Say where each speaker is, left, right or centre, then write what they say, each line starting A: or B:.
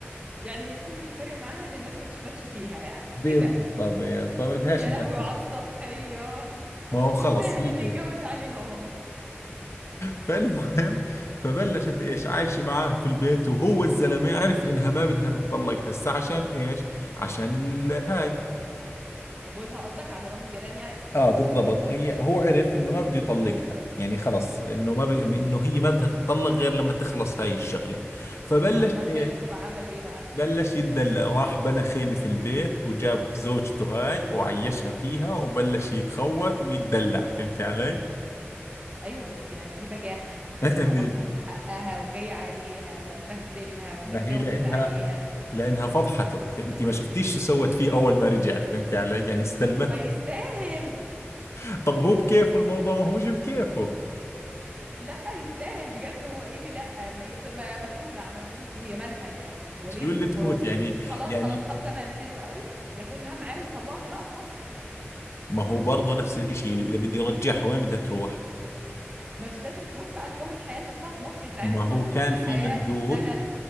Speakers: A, on the right (about 25°); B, on the left (about 75°).
A: يعني هي كل اللي فارق معاها ان الناس ما تشمتش فيها يعني
B: بالضبط
A: ايه ده
B: فما بدهاش
A: يا
B: الناس
A: لهوي
B: تشوف
A: على السطحية
B: ما هو خلص
A: تستاهل
B: هي
A: ان يتجوز
B: هيك
A: عليها والله
B: فالمهم فبلشت ايش عايشه معاه في البيت وهو الزلمه عرف انها ما بدها تتطلق هسه عشان ايش عشان الهاي
A: جوزها قصدك على رامز جلال يعني
B: اه بالضبط هي هو عرف انه ما بده يطلقها يعني خلص انه ما ب... انه هي ما بدها تتطلق غير لما تخلص هاي الشغله فبلش
A: طب ما
B: ايه
A: حلو فعمل ايه بقى
B: بلش يتدلع راح بنى خيمه في البيت وجاب زوجته هاي وعيشها فيها وبلش يتخوث ويتدلع فهمتي علي
A: ايوه بس يعني دي بجاحة يعني
B: <laughs>
A: ابقى غلطان في حقها وجاي عليها ومبهدلها ومتجوز
B: ما هي لانها
A: عليها
B: لانها فضحته انت ما شفتيش شو سوت فيه اول ما رجع فهمتي علي يعني استلمته
A: ما يستاهل
B: <laughs> طب هو بكيفه الموضوع ما هوش بكيفه
A: لا يستاهل بجد هو ايه اللي لا ما, ي... ما ما تولع ما تموت وهي مالها يعني هو ليه
B: شو
A: يظلم
B: اللي تموت
A: مراته
B: يعني
A: خلاص
B: يعني
A: خلاص طب تمام حلو قوي ياخدها معاه ويطلقها بقى في مصر
B: ما هو برضه نفس الاشي اذا بدي ارجعها وين بدها تروح
A: ما مش لازم تروح بقى تكون حياة لنفسها في مصر يساعدها
B: ما
A: انها
B: هو
A: تبتدي
B: كان في
A: حياة
B: مندوب
A: تشتغل